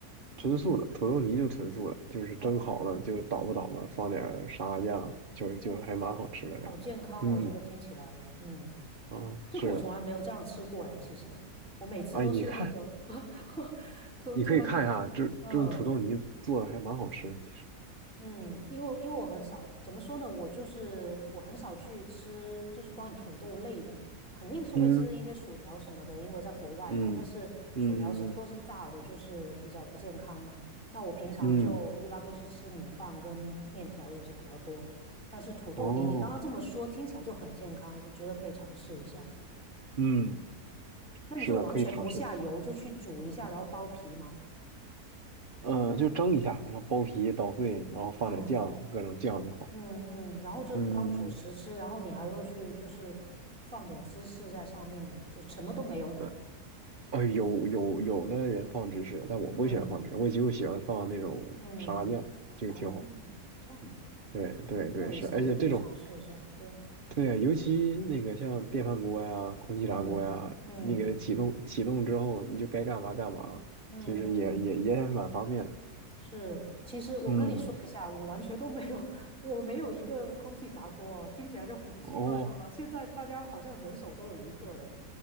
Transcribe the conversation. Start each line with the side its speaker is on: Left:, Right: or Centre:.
Right: 纯素的土豆泥就纯素的，就是蒸好了就捣吧捣吧，
Centre: 哇
Right: 放点儿沙拉酱，就就还蛮好吃的感觉。
Centre: 哇，好健康哦！
Right: 嗯，
Centre: 这个听起来，嗯，
Right: 啊，
Centre: 这个我从来没有这样吃过哎。
Right: 是的，
Centre: 其实我每次都是那种
Right: 哎，你看，
Centre: <laughs> 突突然，
Right: 你可以看一下，这这种土豆泥做的还蛮好吃的，
Centre: 嗯、
Right: 其实。
Centre: 嗯，因为因为我很少，怎么说呢？我就是我很少去吃，就是关于土豆类的，肯定是会吃一些薯条什么的，
Right: 嗯
Centre: 因为在国外嘛。
Right: 嗯嗯
Centre: 但是薯条是都是炸的，就是比较不健康嘛。那我平常就一般都是吃米饭跟面条也是比较多，
Right: 嗯，
Centre: 但是土豆泥你刚刚这么说听起来就很健康，
Right: 哦，
Centre: 我觉得可以尝试一下。
Right: 嗯，
Centre: 那你就完全不下油，
Right: 是的，可以尝试。
Centre: 就去煮一下，然后剥皮嘛。
Right: 嗯，就蒸一下，然后剥皮捣碎，然后放点酱，
Centre: 嗯
Right: 各种酱就好。
Centre: 嗯嗯，然后就当主食吃，
Right: 嗯，
Centre: 然后你还会去就是放点芝士在上面，就什么都没有的。
Right: 呃，哦，有有有的人放芝士，但我不喜欢放芝士，
Centre: 嗯
Right: 我就喜欢放那种沙拉酱，
Centre: 嗯，
Right: 就挺好。
Centre: 哦，这样子
Right: 对对对，
Centre: 挺有意思的，
Right: 是，而且这种，
Centre: 我去尝试一下。对，
Right: 对，尤其那个像电饭锅呀、空气炸锅呀，
Centre: 嗯嗯
Right: 你给它启动启动之后，你就该干嘛干嘛了，
Centre: 嗯嗯，
Right: 其实也也也蛮方便的。
Centre: 是。其实我跟你说一下，
Right: 嗯。
Centre: 我完全都没有，<laughs> 我没有一个空气炸锅哦，听起来就很奇怪，
Right: 哦，
Centre: 对吧？现在大家好像人手都有一个了，